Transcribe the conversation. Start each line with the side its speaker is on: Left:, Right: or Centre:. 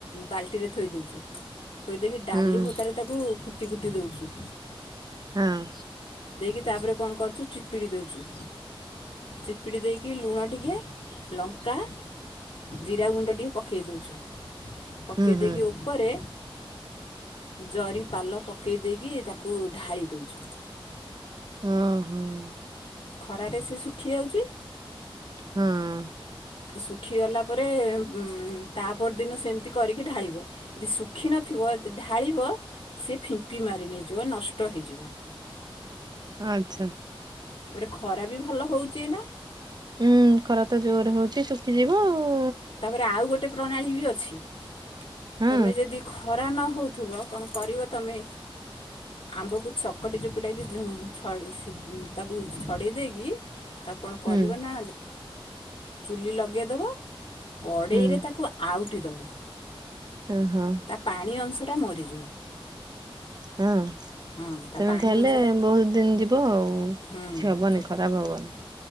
Left: ବାଲ୍ଟିରେ ଥୋଇ ଦେଉଛୁ ଥୋଇ ଦେଇକି ଡାଲି
Right: ହୁଁ
Left: ହୋଟାରେ ତାକୁ କୁଟି କୁଟି ଦେଉଛୁ
Right: ହଁ
Left: ଦେଇକି ତାପରେ କଣ କରୁଛୁ ଚିପିଡ଼ି ଦେଉଛୁ ଚିପିଡ଼ି ଦେଇକି ଲୁଣ ଟିକେ ଲଙ୍କା ଜିରା ଗୁଣ୍ଡ ଟିକେ ପକେଇ ଦଉଛୁ ପକେଇ
Right: ହୁଁ
Left: ଦେଇକି
Right: ହୁଁ
Left: ଉ ପରେ ଜରି ପାଲ ପକେଇ ଦେଇକି ତାକୁ ଢାଳି ଦଉଛୁ
Right: ହଁ ହଁ।
Left: ଖରାରେ ସେ ଶୁଖି ଯାଉଛି।
Right: ହଁ ହଁ।
Left: ଶୁଖିଗଲା ପରେ ଉଁ ତା ପରଦିନ ସେମିତି କରିକି ଢାଳିବ। ଯଦି ଶୁଖିନଥିବ ଯଦି ଢାଳିବ ସେ ଫିମ୍ପି ମାରି ନେଇଯିବ ନଷ୍ଟ ହେଇଯିବ।
Right: ଆଛା।
Left: ତାପରେ ଖରା ବି ଭଲ ହଉଛି ଏଇନା?
Right: ହୁଁ ଖରା ତ ଜୋର ହଉଛି ଶୁଖିଯିବ ଆଉ
Left: ତାପରେ ଆଉ ଗୋଟେ ପ୍ରଣାଳୀ ବି ଅଛି
Right: ହଁ
Left: ତମେ ଯଦି ଖରା ନହଉଥିବ କଣ କରିବ ତମେ ଆମ୍ବକୁ ଚକଟି ଚକୁଟାକି ଛ ତାକୁ ଛଡ଼େଇ ଦେଇକି ତାକୁ କଣ କରିବ
Right: ହୁଁ
Left: ନା ଚୁଲି ଲଗେଇଦବ କଡ଼େଇରେ
Right: ହୁଁ।
Left: ତାକୁ ଆଉଟି ଦେବ।
Right: ହ ହଁ।
Left: ତା ପାଣି ଅଂଶଟା ମରିଯିବ।
Right: ହଁ।
Left: ହଁ ତା
Right: ସେମିତି
Left: ପାଣି
Right: ହେଲେ
Left: ଅଂଶଟା
Right: ବହୁତ ଦିନ ଯିବ ଆଉ
Left: ହୁଁ
Right: କିଛି ହବନି
Left: ସେ
Right: ଖରାପ ହବନି।